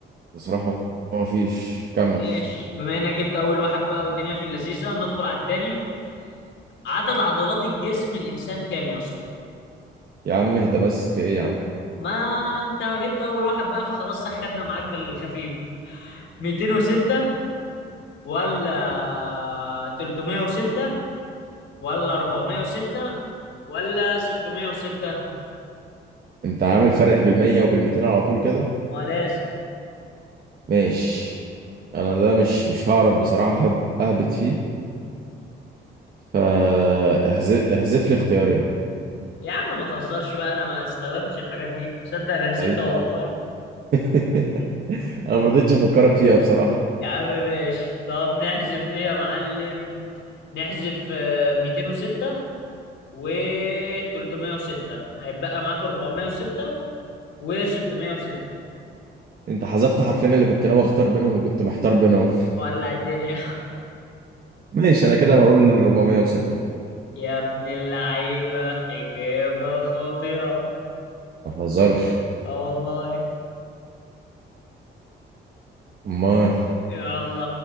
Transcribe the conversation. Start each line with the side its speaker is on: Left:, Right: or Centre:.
Right: بصراحة ما فيش كمل
Left: ماشي بما انك جبت اول واحد بقى والدنيا في اللذيذه ندخل على التاني عدد عضلات الجسم الانسان كام يا اسطى
Right: يا عم اهدى بس في إيه يا عم
Left: ما انت جبت اول واحد بقى فخلاص سخنا معاك بالخفيف 206 ولا 306 ولا 406 ولا 606
Right: أنت عامل فرق بالمية وبالميتين على طول كده
Left: ما لازم
Right: ماشي أنا ده مش مش هعرف بصراحة هب- أهبط فيه فاحذف احذف لي اختيارين
Left: يا عم ما تهزرش بقى انا ما استخدمتش الحاجات دي تصدق انا نسيتها
Right: ماليش
Left: والله
Right: دعوة. <laughs> أنا ما رضيتش أفكرك فيها بصراحة
Left: يا عم ماشي طب نحذف ايه يا معلم نحذف آه، 206 و 306 هيتبقى معاك 406 و 606
Right: انت حذفت حرفين اللي كنت ناوي اختار بينهم وكنت محتار بينهم
Left: ولع الدنيا
Right: ماشي انا كده هقول 406
Left: <laughs> يا ابن اللعيبة إجابة خاطئة
Right: ما تهزرش
Left: اه والله
Right: امال
Left: يلا